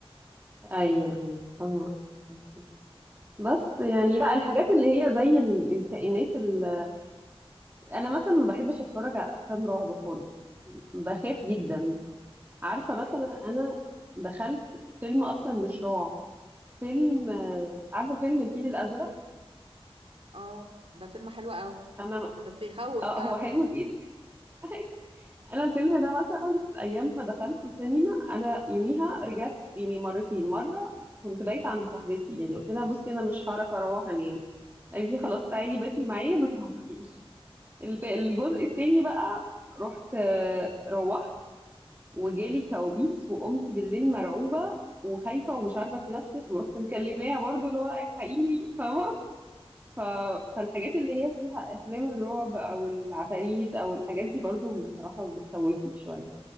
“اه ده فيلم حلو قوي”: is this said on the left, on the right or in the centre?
Right